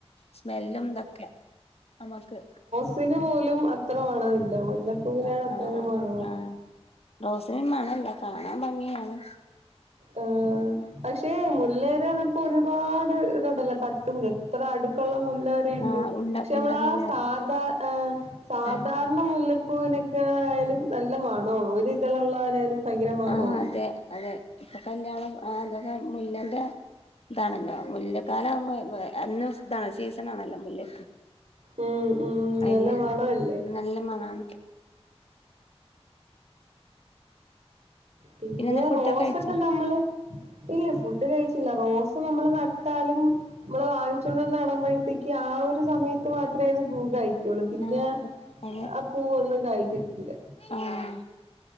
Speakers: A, on the left (about 65°); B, on the right (about 85°).
A: സ്മെല്ലുംതൊക്കെ നമ്മക്ക്
B: <unintelligible> പിച്ചീന് പോലും അത്ര മണ ഇല്ല മുല്ലപ്പൂവിനാണ്
A: ആ
B: അത്രേം
A: ആ
B: മണള്ളത്
A: ആ റോസിന് മണം ഇല്ല കാണാൻ ഭംഗിയാണ്
B: ആഹ് പക്ഷേ മുല്ലേരന്നപ്പോ ഒരുപാട് ഇത്ണ്ടല്ലോ തട്ട്മുല്ല എത്ര അടുക്കുള്ള മുല്ല ണ്ട്
A: ആ ഉണ്ട
B: പക്ഷെ നമ്മള
A: ഉണ്ടമുല്ല
B: ആഹ് സാധാ ഏഹ് സാധാരണ
A: ആ
B: മുല്ലപ്പൂവിനൊക്കെ ആയാലും നല്ല മണം ആണ് ഒരി ഇള്ളാരേലും ഭയങ്കരമാണോന്ന്
A: ആഹ് അതെ അതെ ഇപ്പൊ കല്യാണം അതൊക്കെ മുല്ലേന്റെ ഇതാണല്ലോ മുല്ലക്കാലം ആവുമ്പോ എന്നും ഇതാണ് സീസണാണല്ലൊ മുല്ലക്ക്
B: ഉം ഉം
A: അയിന്
B: നല്ല മണവല്ലേ
A: നല്ല മണാണ്
B: പിന്നെ
A: പിന്നെന്താ ഫുഡൊക്കെ
B: റോസൊക്ക
A: കഴിച്ചോ
B: നമ്മള് ഇല്ല ഫുഡ് കഴിച്ചില്ല റോസ് നമ്മള് നട്ടാലും നമ്മള് വാങ്ങിച്ചോണ്ടന്ന് നടമ്പഴത്തേക്ക് ആഹ് ഒരു സമയത്ത് മാത്രെ അത് പൂ കായ്ക്കു പിന്നെ
A: ആഹ് അതെ അതെ
B: ആഹ് പൂവൊന്നും കാഴ്ക്കത്തില്ല
A: ആഹ്